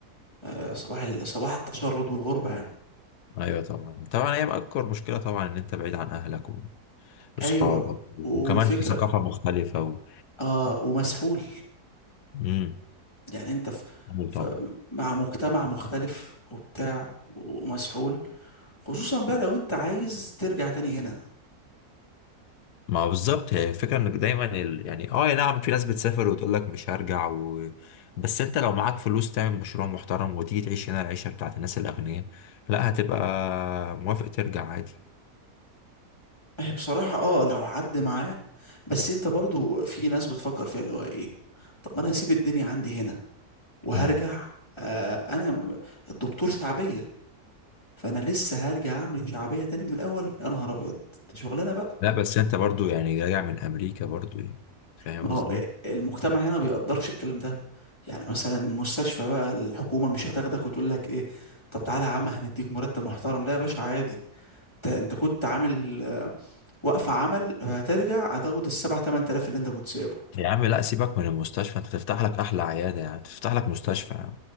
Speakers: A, on the left; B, on the left.
A: آه، صباح ال- صباح التشرد والغربة يعني
B: ايوه طبعا طبعا هي اكبر مشكله طبعا ان انت بعيد عن اهلك و- واصحابك
A: أيوة
B: وكمان
A: والفكرة
B: في ثقافه مختلفه و...
A: آه ومسحول
B: امم
A: يعني أنت في
B: طبعا
A: ف- مع مجتمع مختلف وبتاع ومسحول خصوصا بقى لو أنت عايز ترجع تاني هنا
B: ما هو بالظبط هي الفكره انك دايما ال... يعني اه نعم في ناس بتسافر وتقول لك مش هرجع و... بس انت لو معاك فلوس تعمل مشروع محترم وتيجي تعيش هنا العيشه بتاعت الناس الاغنياء لا هتبقى موافق ترجع عادي
A: ما هي بصراحة اه لو حد معاه بس أنت برضو في ناس بتفكر فيها اللي هو إيه طب ما أنا هسيب الدنيا عندي هنا وهرجع
B: امم
A: آه أنا م- الدكتور شعبية فانا لسه هرجع اعمل شعبيه تاني من الاول يا نهار ابيض ده شغلانه بقى
B: لا بس انت برضو يعني راجع من امريكا برضو يعني فاهم
A: ما
B: قصدي
A: هو إيه، المجتمع هنا ما بيقدرش الكلام ده يعني مثلا المستشفى بقى الحكومه مش هتاخدك وتقول لك ايه طب تعالى يا عم هنديك مرتب محترم لا يا باشا عادي انت انت كنت عامل آه، وقفه عمل هترجع هتاخد السبع تمن تلاف اللي انت كنت سايبه
B: يا عم لا سيبك من المستشفى انت تفتح لك احلى عياده يعني تفتح لك مستشفى